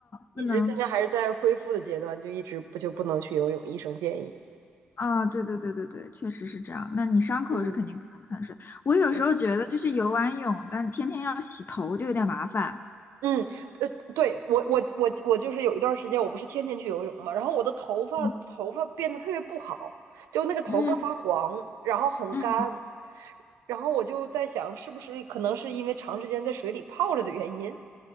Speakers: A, on the right; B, on the left.
A: 一直现在还是在恢复的阶段，
B: 不能去。
A: 就一直不就不能去游泳，医生建议。
B: 哦，对对对对对，确实是这样。那你伤口是肯定不能碰水。
A: 嗯，
B: 我有时候觉得，
A: 对，
B: 就是游完泳，那天天要洗头就有点麻烦。
A: 嗯，呃，对，我我我我就是有一段时间，我不是天天去游泳嘛，然后我的头发头发变得特别不好，
B: 嗯
A: 就那个头发发黄，
B: 嗯
A: 然后很干，
B: 嗯
A: 然后我就在想，是不是可能是因为长时间在水里泡着的原因？